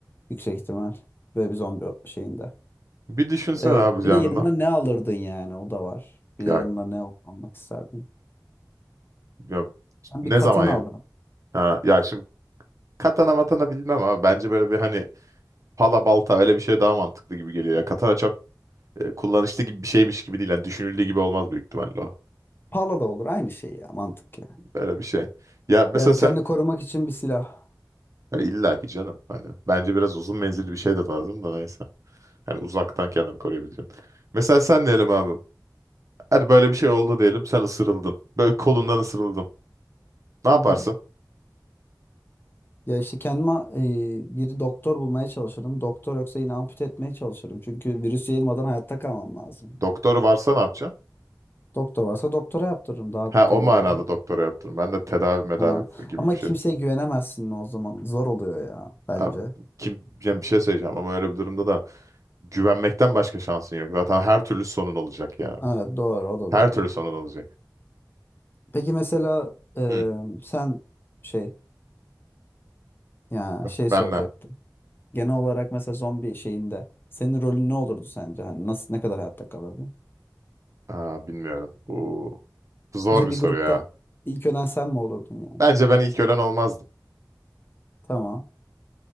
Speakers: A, on the left; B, on the right.
A: Yüksek ihtimal. Böyle bir zombi şeyinde.
B: Bir düşünsene
A: E,
B: abi
A: bir
B: yanına.
A: de yanına ne alırdın yani o da var. Bir
B: Ya,
A: de yanına ne al- almak isterdin?
B: ya
A: Ben
B: ne
A: bir katan
B: zaman
A: aldım.
B: ya? Ha, ya şimdi Katana matana bilmem abi. Bence böyle bir hani pala balta öyle bir şey daha mantıklı gibi geliyor ya. Katana çok e, kullanışlı gibi bir şeymiş gibi değil. Yani düşünüldüğü gibi olmaz büyük ihtimalle o.
A: Pala da olur aynı şey ya mantık ya.
B: Böyle bir şey. Ya mesela
A: Yani
B: sen
A: kendini korumak için bir silah.
B: ya illa ki canım hani bence biraz uzun menzilli bir şey de lazım da neyse. Yani uzaktan kendini koruyabileceksin. Mesela sen diyelim abi. Hadi böyle bir şey oldu diyelim. Sen ısırıldın. Böyle kolundan ısırıldın. Ne
A: Hı
B: yaparsın?
A: hı. Ya işte kendime e, bir doktor bulmaya çalışırım. Doktor yoksa yine ampute etmeye çalışırım. Çünkü virüs yayılmadan hayatta kalmam lazım.
B: Doktor varsa ne yapacaksın?
A: Doktor varsa doktora yaptırırım daha
B: Ha
A: tecrübeli.
B: o manada doktora yaptırım. Ben de tedavi medavi
A: Ha.
B: gibi
A: Ama
B: bir şey.
A: kimseye güvenemezsin o zaman. Zor oluyor ya bence.
B: Abi kim yani bir şey söyleyeceğim ama öyle bir durumda da Güvenmekten başka şansın yok. Zaten her türlü sonun olacak ya.
A: Evet doğru o da
B: Her
A: doğru.
B: türlü sonun olacak.
A: Peki mesela e,
B: Hı.
A: sen şey ya
B: b-
A: şey
B: Ben
A: soracaktım.
B: ne?
A: Genel olarak mesela zombi şeyinde senin rolün ne olurdu sence? Hani nasıl ne kadar hayatta kalırdın?
B: Aa, bilmiyorum. Oo, zor
A: Mesela
B: bir
A: bir
B: soru
A: grupta
B: ya.
A: ilk ölen sen mi olurdun yani?
B: Bence ben ilk ölen olmazdım.
A: Tamam.